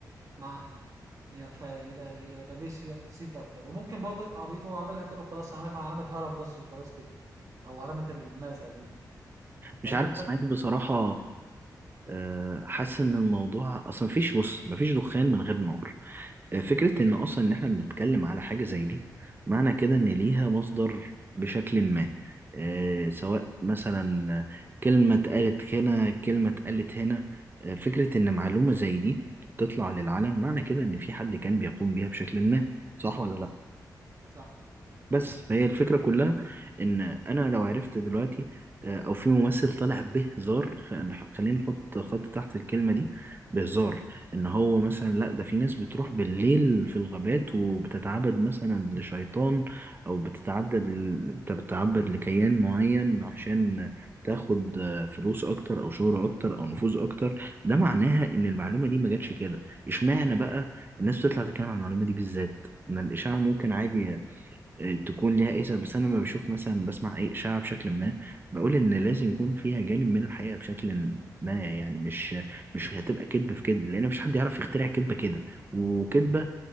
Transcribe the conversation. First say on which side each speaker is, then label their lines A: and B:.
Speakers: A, on the right (about 45°); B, on the right (about 30°).
A: معاهم يا- فيبقى يبقى ليه سي- صيت اكتر وممكن برضه يبقى عبيط وهو عاملها كده وخلاص عاملها علامة هرم بس وخلاص كده او علامة الماسة دي
B: مش
A: فاهمني
B: عارف
A: انت؟
B: اسمها ايه بصراحه آه، حاسس ان الموضوع اصلا مفيش بص مفيش دخان من غير نار آه، فكره ان اصلا ان احنا بنتكلم على حاجه زي دي معنى كده ان ليها مصدر بشكل ما آه، سواء مثلا كلمه اتقالت هنا كلمه اتقالت هنا آه، فكره ان معلومه زي دي تطلع للعلن معنى كده ان في حد كان بيقوم بيها بشكل ما صح ولا لا
A: صح
B: بس فهي الفكرة كلها إن أنا لو عرفت دلوقتي آه، أو في ممثل طالع بهزار خ- نح- خلينا نحط خط تحت الكلمة دي بهزار إن هو مثلا لأ ده في ناس بتروح بالليل في الغابات وبتتعبد مثلا لشيطان أو بتتعدد ل- بتتعبد لكيان معين عشان تاخد آه، فلوس أكتر أو شهرة أكتر أو نفوذ أكتر ده معناها إن المعلومة دي ما جاتش كده إشمعنى بقى الناس بتطلع تتكلم عن المعلومة دي بالذات؟ إن الإشاعة ممكن عادي تكون ليها ايه سبب. بس انا لما بشوف مثلا بسمع ايه اشاعه بشكل ما بقول ان لازم يكون فيها جانب من الحقيقه بشكل ما يعني مش مش هتبقى كذبه في كذب لان مفيش حد يعرف يخترع كذبه كده وكذبه